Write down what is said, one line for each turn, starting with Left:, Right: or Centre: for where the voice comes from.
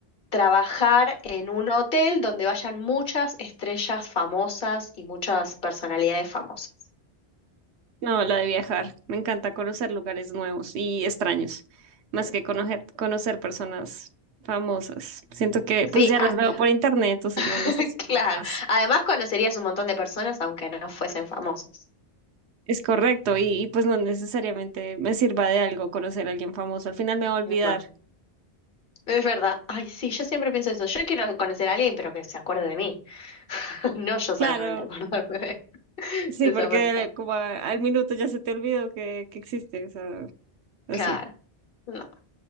Left: trabajar en un hotel donde vayan muchas estrellas famosas y muchas personalidades famosas?
Right: No, la de viajar. Me encanta conocer lugares nuevos y extraños, más que conocer, conocer personas famosas. Siento que pues
Left: Sí,
Right: ya
Left: ah,
Right: las veo por internet, entonces
Left: <laughs>
Right: no necesito
Left: claro.
Right: más.
Left: Además conocerías un montón de personas aunque no fuesen famosas.
Right: Es correcto, y, y, pues no necesariamente me sirva de algo conocer a alguien famoso. Al final me va a olvidar.
Left: No. Es verdad. Ay, sí, yo siempre pienso eso. Yo quiero conocer a alguien, pero que se acuerde de mí. <laughs> No yo
Right: Claro,
Left: solamente acordarme de,
Right: sí,
Left: de esa
Right: porque
Left: persona.
Right: como a- al minuto ya se te olvidó que, que existe, o sea, así.
Left: Claro. No.